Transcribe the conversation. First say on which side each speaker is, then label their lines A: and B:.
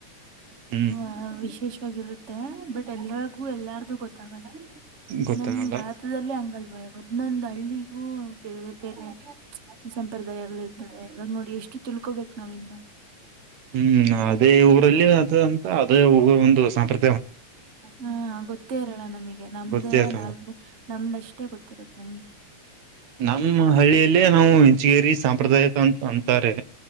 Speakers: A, on the right; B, on the right.
A: ಹ್ಮ್
B: ಹ ವಿಶೇಷವಾಗಿರುತ್ತೆ ಬಟ್ ಎಲ್ರಿಗೂ ಎಲ್ಲಾರ್ದು ಗೊತ್ತಾಗಲ್ಲ.
A: ಗೊತ್ತಾಗಲ್ಲ
B: ನಮ ಭಾರತದಲ್ಲೇ ಹಂಗಲ್ವಾ ಒದ್ನೊಂದ್ ಹಳ್ಳಿಗೂ. ಬೇರೆ ಬೇರೆ ಸಂಪ್ರದಾಯಗಳಿರ್. ಅ ಇವಾಗ ನೋಡಿ ಎಷ್ಟು ತಿಳ್ಕೋಬೇಕ್ ನಾವ ಇನ್ನು.
A: ಹ್ಮ್ ಅದೇ ಊರಲ್ಲಿ ಅ ಅಂತ ಅದೇ ಒಂದು ಸಾಂಪ್ರ.
B: ಹಾ ಗೊತ್ತೇ ಇರಲ್ಲ ನಮಗೆ ನಮ್ದೇ
A: ಗೊತ್ತೇ ಅ
B: ನಮ್ದ. ನಮ್ದಷ್ಟೇ ಗೊತ್ತಿರತ್ತ ನಮ್ಗೆ.
A: ನಮ್ಮ ಹಳ್ಳಿಯಲ್ಲೇ ನಾವು ಇಂಚಗೇರಿ ಸಾಂಪ್ರದಾಯಿಕ ಅಂತ ಅಂತಾರೆ